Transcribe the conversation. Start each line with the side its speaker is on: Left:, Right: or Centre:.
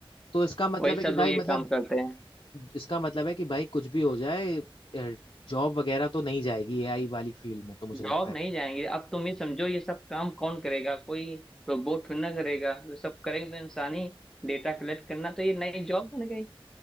Left: तो इसका मतलब
Centre: वही
Left: है
Centre: सब
Left: कि भाई
Centre: लोग ये
Left: मतलब
Centre: काम करते हैं
Left: इसका मतलब है कि भाई कुछ भी हो जाए जॉब वगैरह तो नहीं जाएगी एआई वाली फील्ड में तो मुझे
Centre: जॉब
Left: लगता है
Centre: नहीं जाएंगे अब तुम ही समझो ये सब काम कौन करेगा कोई रोबोट थोड़ी ना करेगा ये सब करेंगे तो इंसान ही डेटा कलेक्ट करना तो ये नई जॉब बन गई